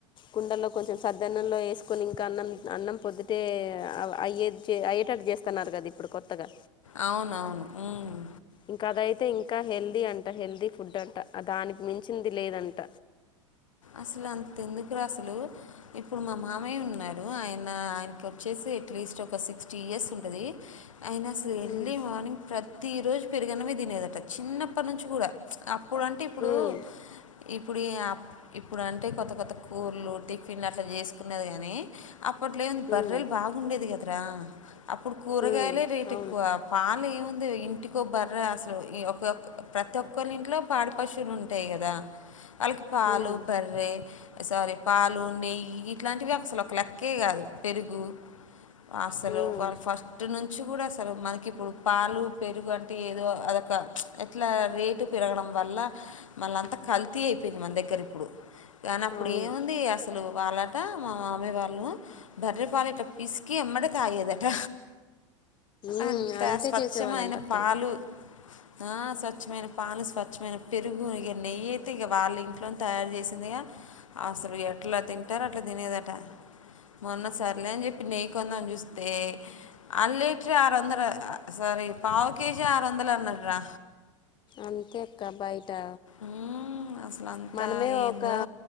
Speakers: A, on the left (about 30°); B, on the left (about 75°).
A: కుండలో కొంచెం సద్దన్నంలో ఏస్కోని ఇంకా అన్నం అన్నం పొద్దుటే ఆ అయ్యేజ్ అయ్యేటట్ జేస్తాన్నారు గదా ఇప్పుడు కొత్తగా
B: అవునవును మ్మ్
A: ఇంక అదైతే ఇంకా హెల్దీ అంట హెల్దీ ఫుడ్ అంట దానికి మించింది లేదంట
B: అసలు అంత ఎందుకురా అసలు ఇప్పుడు మా మామయ్య ఉన్నాడు ఆయన ఆయనకొచ్చేసి ఎట్లీస్ట్ ఒక సిక్స్టీ ఇయర్స్ ఉంటది అయిన అసలు ఎర్లీ
A: ఉమ్
B: మార్నింగ్ ప్రతిరోజు పెరుగు అన్నమే తినేదట చిన్నప్పటి నుంచి కూడా అ ఇప్పుడంటే ఇప్పుడు
A: ఉమ్
B: ఇప్పుడు ఆప్ ఇప్పుడు అంటే కొత్త కొత్త కుర్లు టిఫిన్లు అట్లా చేసుకునేది గని అప్పట్లేంది బర్రేలు
A: ఉమ్
B: బాగుండేది కదరా అప్పుడు కూరగాయలే
A: ఉమ్
B: రేట్
A: అవును
B: ఎక్కువ పాలు ఏముంది ఇంటికో బర్రె అసలు ఈ ఒకక్క ప్రతి ఒక్కాల్లింట్లో పాడి పశువులు ఉంటాయి కదా వాళ్ళకి పాలు
A: ఉమ్
B: బర్రె సారీ పాలు నెయ్యి ఇట్లాంటివి అసలు ఒక లెక్కే కాదు పెరుగు అసలు
A: ఉమ్
B: వాళ్లు ఫస్ట్ నుంచి కూడా అస అసలు మనకి ఇప్పుడు పాలు పెరుగు అంటే ఏదో అది ఓక ఎట్లా రేటు పెరగడం వల్ల మళ్ళ అంతా కల్తీ అయిపోయింది మన దగ్గర ఇప్పుడు కానీ అప్పుడు
A: అవును
B: ఏముంది అసలు వాళ్ళట మా మామయ్య వాళ్ళ బర్రె పాలు ఇట్ల పీస్కి ఎమ్మడే తాగేదట
A: ఉమ్
B: అంత
A: అంతే
B: స్వచ్ఛమైన
A: చేసేవాళ్ళంట అక్క
B: పాలు ఆ స్వచ్ఛమైన పాలు స్వచ్ఛమైన పెరుగు ఇగ నెయ్యితే ఇక వాళ్ళ ఇంట్లోనే తయారు చేసి అసలు ఎట్లా తింటారు అట్లా తినేదట మొన్న సర్లే అని చెప్పి నెయ్యి కొందని చూస్తే ఆన్ లీటర్ ఆరు వందలు సారీ పావు కేజీ ఆరు వందలు అన్నర్రా
A: అంతే అక్క బయ్ ట
B: ఉమ్ అసలు అంతా
A: మనమే
B: ఏందో
A: ఒక